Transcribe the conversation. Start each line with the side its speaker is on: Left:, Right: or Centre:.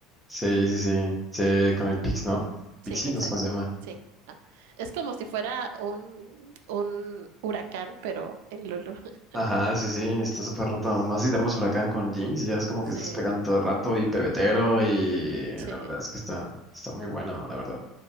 Centre: Sí, sí, sí. Sí, con el Pix, ¿no? Pixie,
Right: Sí, exacto.
Centre: no sé cómo se llama.
Right: Sí. Ah, Es como si fuera un, un huracán, pero en Lulu. <laughs>
Centre: Ajá, sí, sí, está súper roto. Más si te armas huracán con Jinx, ya es como
Right: Sí,
Centre: que estás pegando todo el rato y pebetero y
Right: sí,
Centre: la verdad es que está, está muy bueno, la verdad.